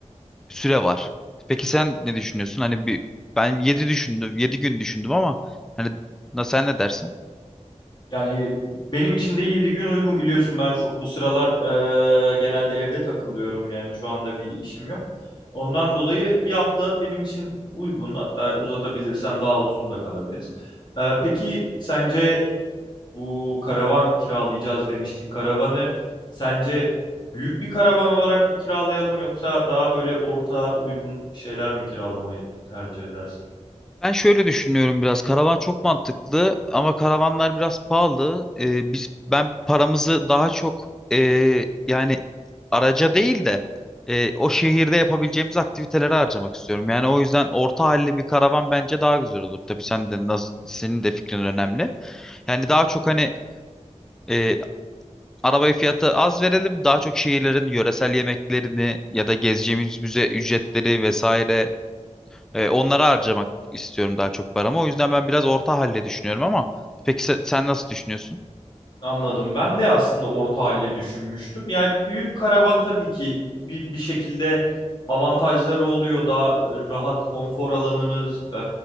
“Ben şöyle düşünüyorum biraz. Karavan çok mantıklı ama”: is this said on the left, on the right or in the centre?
Centre